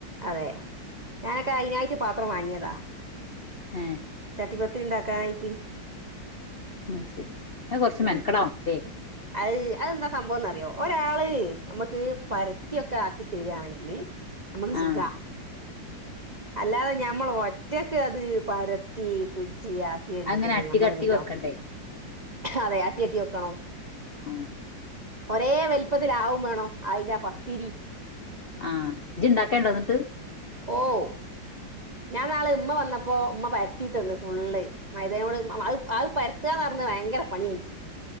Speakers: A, on the right; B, on the left.
A: അതെ ഞാനൊക്കെ അതിനാട്ട പാത്രം വാങ്ങിയതാ
B: ഏ
A: ചട്ടി പത്തിരി ഉണ്ടാക്ക ആയിട്ട്
B: ഉം ശരി ആഹ കൊറച്ച്
A: ഉം
B: മെനക്കടാവല്ലേ
A: അത് അതെന്താ സംഭവംന്ന്റിയോ ഒരാള് നമുക്ക് പരത്തിയൊക്കെ ആക്കി തരിയാണെങ്കിൽ ഇല്ലെ നമ്മക്ക്
B: ആഹ്
A: സുഖ അല്ലാതെ ഞമ്മൾ ഒറ്റക്ക് അത് പരത്തി പിടിച്ച് <unintelligible> ക്കി വരുമ്പോഴത്തേക്ക്
B: അങ്ങനെ അട്ടി
A: ഞമ്മള
B: കട്ടി
A: വീതവും
B: വെക്കണ്ടേ
A: അതെ അട്ടി അട്ടി വെക്കണോ
B: ആഹ
A: ഒരേ വലിപ്പത്തിലാവും വേണോ ആയിഞ്ഞ പത്തിരി
B: ആഹ് ജിണ്ടക്കേണ്ട എന്നിട്ട്
A: ഓഹ ഞാൻ നാളെ ഉമ്മ വന്നപ്പോ ഉമ്മ പരത്തി തന്ന് ഫുള്ള് മൈദാനോട് അത് അത് പരത്തുകാന്ന് പറഞ്ഞത് ഭയങ്കര പണിയ എനിക്ക്